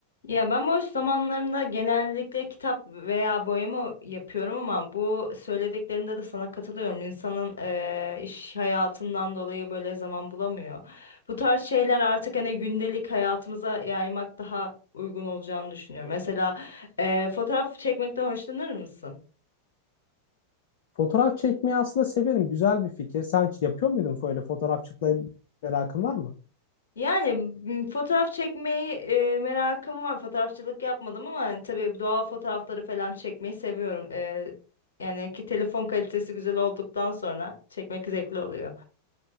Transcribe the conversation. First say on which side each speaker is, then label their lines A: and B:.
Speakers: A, on the left (about 70°); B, on the left (about 55°).
A: Ya ben boş zamanlarımda genellikle kitap veya boyama yapıyorum ama bu söylediklerinde de sana katılıyorum. İnsanın eee, iş hayatından dolayı böyle zaman bulamıyor. Bu tarz şeyler artık hani gündelik hayatımıza yaymak daha uygun olacağını düşünüyorum. Mesela eee, fotoğraf çekmekten hoşlanır mısın?
B: Fotoğraf çekmeyi aslında severim. Güzel bir fikir. Sen hiç yapıyor muydun böyle fotoğrafçılıkla merakın var mı?
A: Yani m, fotoğraf çekmeyi e, merakım var. Fotoğrafçılık yapmadım ama yani tabii doğal fotoğrafları falan çekmeyi seviyorum. E, yani ki telefon kalitesi güzel olduktan sonra çekmek zevkli oluyor.